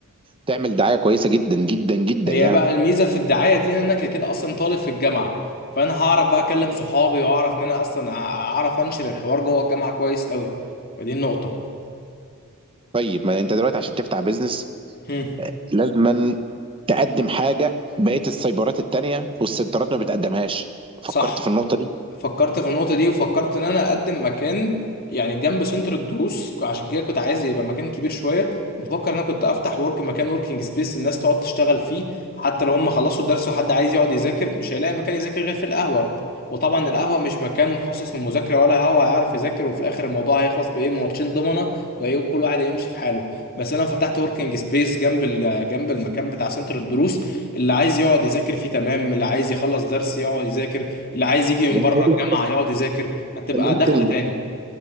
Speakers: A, on the right; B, on the left.
A: تعمل دعاية كويسة جدا جدا جدا
B: هي
A: يعني
B: بقى الميزه في الدعايه دي ان انا كده كده اصلا طالب في الجامعه فانا هعرف بقى اكلم صحابي واعرف ان انا اصلا اعرف انشر الحوار جوه الجامعه كويس قوي فدي النقطه
A: طيب ما انت دلوقتي عشان تفتح بيزنس
B: هم،
A: لازما تقدم حاجة بقية السايبرات التانية والسنترات ما بتقدمهاش
B: صح
A: فكرت في النقطة دي
B: فكرت في النقطة دي وفكرت إن أنا أقدم مكان يعني جنب سنتر الدروس عشان كده كنت عايز يبقى مكان كبير شوية بفكر إن أنا كنت أفتح ورك مكان وركينج سبيس الناس تقعد تشتغل فيه حتى لو هم خلصوا الدرس وحد عايز يقعد يذاكر مش هيلاقي مكان يذاكر غير في القهوة وطبعا القهوة مش مكان مخصص للمذاكرة ولا هو هيعرف يذاكر وفي الآخر الموضوع هيخلص بإيه ماتشين دومنا وإيه وكل واحد هيمشي في حاله بس أنا فتحت وركينج سبيس جنب ال- جنب المكان بتاع سنتر الدروس اللي عايز يقعد يذاكر فيه تمام اللي عايز يخلص درس يقعد يذاكر اللي عايز يجي من
A: ولا
B: بره الجامعه يقعد يذاكر هتبقى
A: ممكن
B: دخل تاني